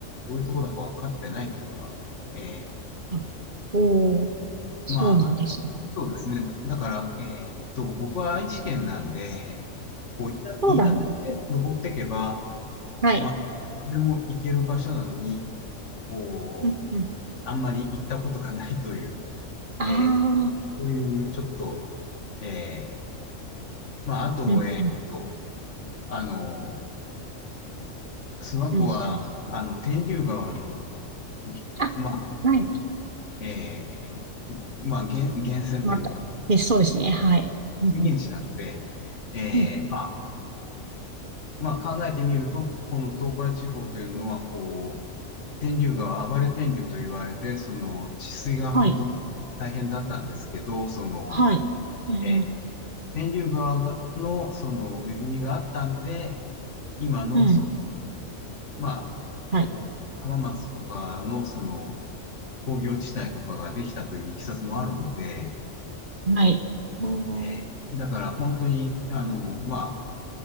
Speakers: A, on the left (about 65°); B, on the right (about 45°).
A: ういうとこだか分かってないっていうのが、え
B: あ、おー、そうなんですね。
A: ー、まあ、そうですね。だから、えーっと、僕は愛知県なんで、こう、
B: そうなんですね。
A: 言い出せて登っていけば、
B: はい。
A: まあ、いつでも行ける場所なのに、こう、
B: うんうん。
A: あんまり行ったことがないという、
B: ああ、
A: えーそういうちょっと、えーまあ、あと、
B: うんうん、
A: えーっと、あの、諏訪湖は、
B: うん、うん。
A: あの、天竜川の、ぎまあ、
B: あ、はい。
A: えーまあ、源、源泉というか、
B: また。で、そうですね。はい。うん、
A: 水源地なので、
B: うん、
A: えーまあ
B: うん。
A: まあ考えてみると、この東海地方というのは、こう、天竜川、暴れ天竜と言われて、その治水が本当に大変だったんですけど、
B: はい。
A: その、
B: はい。うん、
A: えー天竜川がの、その恵みがあったんで、今の、
B: うん、
A: その、
B: うん。
A: まあ、
B: はい。
A: こう、浜松とかの、その、工業地帯とかができたといういきさつもあるので、
B: はい。おー、
A: えーだから本当に、あの、まあ、